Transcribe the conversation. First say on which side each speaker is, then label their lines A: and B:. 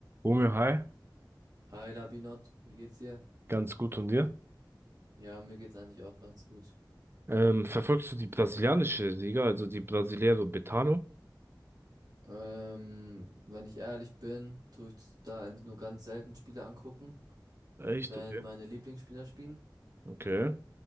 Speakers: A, on the right (about 30°); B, on the right (about 55°).
A: Romeo, hi,
B: Hi Labinot, wie geht's dir?
A: ganz gut und dir?
B: Ja, mir geht's eigentlich auch ganz gut.
A: Ähm, verfolgst du die brasilianische Liga, also die Brasileiro Betano?
B: Ähm, wenn ich ehrlich bin, tue ich da eigentlich nur ganz selten Spiele angucken,
A: Echt?
B: wenn
A: Okay.
B: meine Lieblingsspieler spielen.
A: Okay.